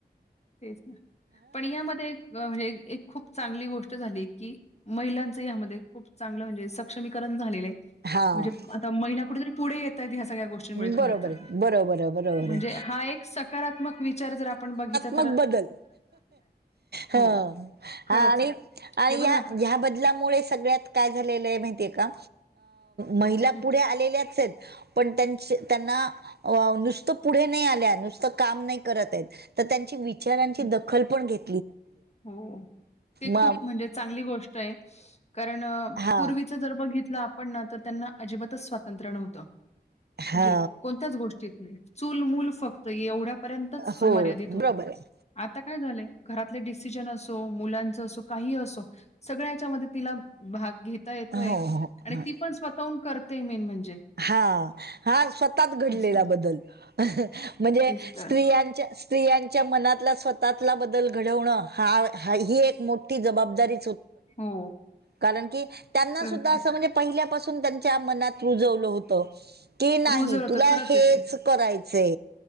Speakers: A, on the left; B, on the right.
A: तेच ना पण यामध्ये म्हणजे एक खूप चांगली गोष्ट झाली की महिलांच यामध्ये खूप चांगलं म्हणजे सक्षमीकरण झालेलं आहे
B: हां.
A: म्हणजे महिना कुठेतरी पुढे येतात ह्या सगळ्या गोष्टींमुळे खर
B: बरोबर
A: तर
B: आहे. बरोबर आहे, बरोबर
A: म्हणजे
B: आहे.
A: हा एक सकारात्मक विचार जर आपण बघितलं
B: मग बदल हा
A: हो, खरंच
B: हा आणि
A: आहे.
B: आणि
A: हे बघा
B: या
A: ना
B: ह्या बदला सगळ्यात काय झा मातीय का महिला आ
A: हं,
B: पुढे आलेल्याच पण त्यां त्यांना नुसत पुढे नाही आल्या नुसत काम नाही त्यांची विचारांची
A: हं,
B: दखल पण घेत
A: हो ते
B: मग
A: खूप म्हणजे चांगली गोष्ट कारण
B: हा
A: पूर्वी जर बघितलं आ पण ना तर त्यांना अजिबातच स्वातंत्र्य नव्हतं म्हणजे
B: हा
A: कोणत्याच गोष्टीत नाही चूल मूल फक्त एवढ्यापर्यंतच
B: हो
A: मर्यादित होत
B: बरोबर आहे
A: आता काय झालंय घरातले डिसिजन असो मुलांच असो काही असो सगळ्या याच्यामध्ये तिला भाग घेता येतोय
B: हो हो
A: आणि
B: हा.
A: ती पण स्वतःहून करतेय मेन म्हणजे
B: हा हा स्वतःच घडलेला
A: असं
B: बदल म्हणजे
A: तेच तर
B: स्त्रियांच्या स्त्रियांच्या मनातला स्वतःतला बदल घडवणं हा ही एक मोठी जबाबदारी
A: हो
B: कारनंकी त्यांना
A: खरंच
B: सुद्धा
A: आहे
B: असं म्हणेजे पहिल्या पासून त्यां मत के नाही
A: रुजर होतं
B: तुला
A: खरंच
B: हेच
A: आहे ते
B: करायचे